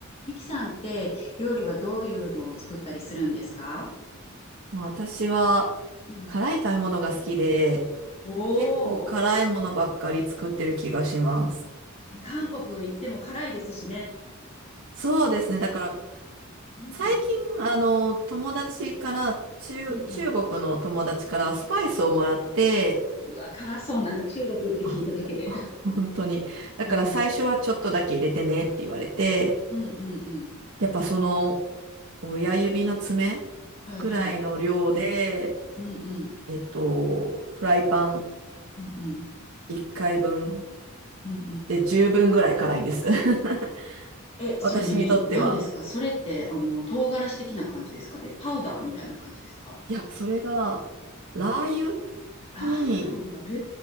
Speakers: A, on the left (about 30°); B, on the right (about 80°).
A: ミキさんって料理はどういうのを作ったりするんですか
B: まあ私は
A: うん。
B: 辛い食べ物が好きで、
A: おお、
B: 結構辛いものばっかり作ってる気がします。
A: まあ、韓国行っても辛いですしね。
B: そうですね。だから
A: うん。
B: 最近、あの、友達から、中、
A: うんうん。
B: 中国の友達からスパイスをもらって、
A: うわ、辛そう。なんか中国って聞いただけで。
B: あ、ほ <laughs> 本当に。だから最初はちょっとだけ入れてねって言われて、
A: <laughs> うん。うんうんうん。
B: やっぱその親指の爪
A: はいはい。
B: くらいの量で、
A: うんうん
B: えっと、フライパン
A: うんうん
B: 1回分
A: うんうん。
B: で十分ぐらい辛いんです。<laughs>
A: え、それ何何ですかそれって、
B: 私にとっては。
A: あの、唐辛子的な感じですかねパウダーみたいな感じですか
B: いや、それが、ラー油
A: ラー油なんだ。
B: に、
A: へ